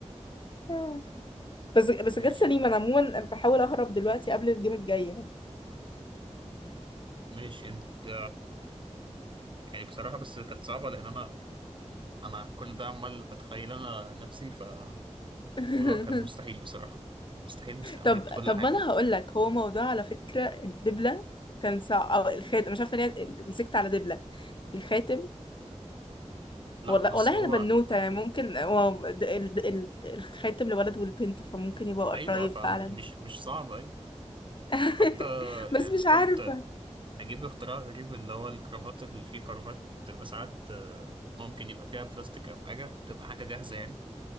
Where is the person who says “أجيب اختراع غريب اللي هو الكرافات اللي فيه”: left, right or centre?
Right